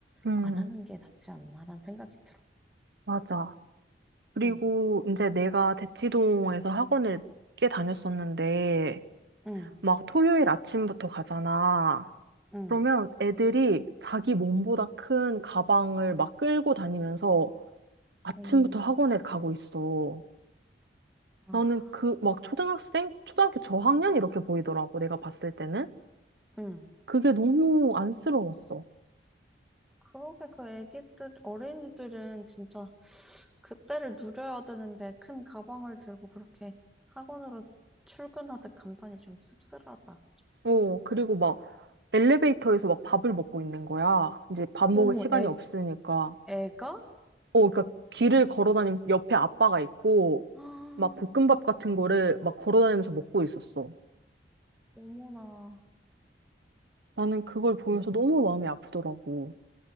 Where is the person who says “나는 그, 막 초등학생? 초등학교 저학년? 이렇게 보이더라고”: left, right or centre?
Right